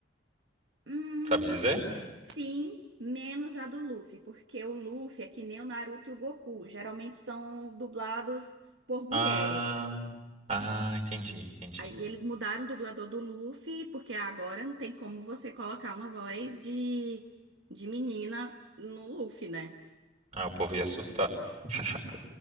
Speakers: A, on the right; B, on the right.
A: Hum,
B: Sabe dizer?
A: Sim, menos a do Luffy, porque o Luffy é que nem o Naruto e o Goku, geralmente são dublados por mulheres.
B: Ah, ah, entendi, entendi.
A: Aí eles mudaram o dublador do Luffy, porque agora não tem como você colocar uma voz de, de menina no Luffy, né?
B: Ah, o povo ia surtar. <laughs>